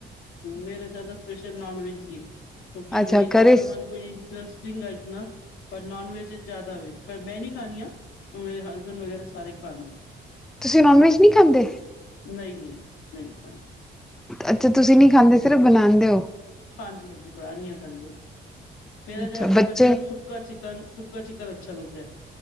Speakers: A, on the left; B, in the centre.
A: ਮੇਰੇ ਜਿਆ ਤਾਂ, ਸਪੇਸ਼ਲ ਨੋਨ ਵੈਜ, ਹੀ ਹੈ। ਕਿਉਂਕਿ,
B: ਅੱਛਾ
A: ਵੈਜ
B: ਘਰੇ
A: ਹੈਜ ਸਮਾਨ ਕੋਈ ਇੰਟਰਰੇਸਟਿੰਗ ਹੈ ਇਤਨਾ, ਪਰ ਨੋਨ ਵੈਜ, ਜ਼ਿਆਦਾ ਵੇ। ਪਰ ਮੈਂ, ਨਹੀਂ ਖਾਣੀ ਆ। ਮੇਰੇ ਹਸਬੈਂਡ, ਵਗੈਰਾ ਸਾਰੇ ਖਾਦੇ।
B: ਤੁਸੀਂ, ਨੋਨ ਵੈਜ, ਨਹੀਂ ਖਾਂਦੇ?
A: ਨਹੀਂ- ਨਹੀਂ, ਮੈਂ ਨੀ, ਖਾਂਦੀ।
B: ਅੱਛਾ। ਤੁਸੀਂ ਨਹੀਂ ਖਾਂਦੇ, ਸਿਰਫ ਬਣਾਂਦੇ ਹੋ।
A: ਹਾਂਜੀ- ਹਾਂਜੀ, ਬਣਦੀ ਆ, ਖਾਲੀ ਬਸ। ਮੇਰਾ
B: ਅੱਛਾ
A: ਜ਼ਿਆਦਾਤਰ
B: ਬੱਚੇ
A: ਬੱਚਿਆਂ ਨੂੰ, ਸੁੱਕਾ ਚਿਕਨ, ਸੁੱਕਾ ਚਿਕਨ। ਅੱਛਾ ਲੱਗਦਾ ਹੈ,